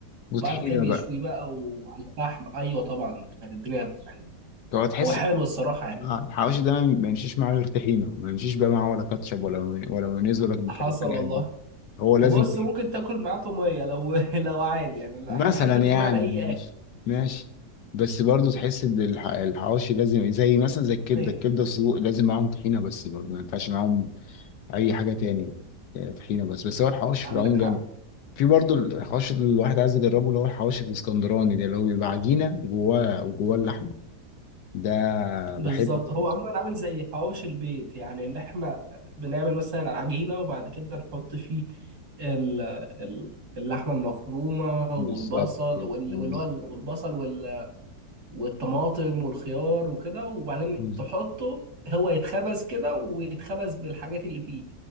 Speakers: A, on the left (about 80°); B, on the right (about 70°).
A: وطحينه
B: وبعد كده بيشويه
A: بقى
B: بقى وعلى الفحم أيوة طبعا كانت الدنيا يعني
A: تقعد تحس
B: هو حلو الصراحة يعني
A: آه، الحواوشي ده ما ما يمشيش معاه غير طحينه ما يمشيش بقى معاه ولا كاتشب ولا ولا مايونيز ولا
B: حصل
A: الحاجات
B: والله
A: دي هو لازم
B: وبص ممكن تاكل معاه طومية لو <laughs> لو عادي يعني أنا
A: مثلا
B: بحب
A: يعني
B: الطومية على أي
A: ماشي
B: أكل
A: ماشي بس برضو تحس ان الح- الحواوشي لازم زي مثلا زي الكبده
B: حين
A: الكبده السجق لازم معاهم طحينه بس برضو ما ينفعش معاهم اي حاجه تاني آه، طحينه بس بس هو الحواوشي
B: عندك
A: في العموم
B: حق
A: جامد في برضو الحواوشي اللي الواحد عايز يجربه اللي هو الحواوشي الاسكندراني ده اللي هو بيبقى عجينه وجواه وجواه اللحمه ده
B: بالظبط
A: بحبه برضو
B: هو عموما عامل زي حواوشي البيت يعني اللي احنا بنعمل مثلا عجينة وبعد كده نحط فيه ال- ال- اللحمة المفرومة
A: بالظبط
B: والبصل
A: كده.
B: وال-
A: بز-
B: واللي هو ال- والبصل وال- والطماطم والخيار وكده وبعدين
A: بز-
B: تحطه هو يتخبز كده ويتخبز بالحاجات اللي فيه